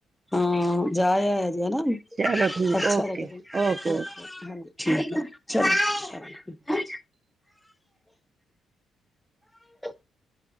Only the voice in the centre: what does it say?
ਹਾਂ, ਜਾ ਆਏ। ਹੈਨਾ,
ਅੱਛਾ,
ਲਗਦੀ
ਹਾਂਜੀ
ਠੀਕ ਆ। ਚਲੋ <unintelligible>